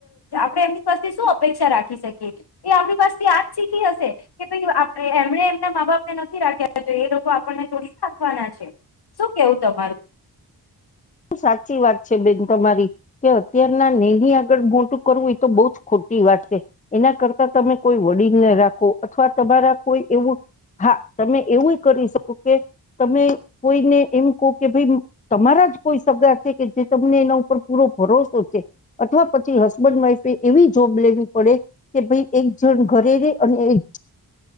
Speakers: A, on the left; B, on the left.
A: આપણે એમની પાસે શું અપેક્ષા રાખી શકીએ એ આપણી પાસેથી આજ શીખી હશે કે ભ એમણે એમના મા બાપને નથી રાખ્યા તો એ લોકો આપણને થોડી નાખવાના છે શું કેવું તમારું.
B: બ સાચી વાત છે બેન તમારી કે અત્યારના નેની આગળ મોટું કરવું એ તો બહ જ ખોટી વાત છે એના કરતા તમે કોઈ વડીલને રાખો અથવા તમારા કોઈ એવું હા તમે એવું કરી શકો કે તમે કોઈને એમ કહો કે ભાઈ તમારા જ જે તમને એના ઉપર પૂરો ભરોસો છે અથવા પછી હસબન્ડ વાઈફે એવી જોબ લેવી પડે કે ભાઈ એક જણ ઘરે ર અને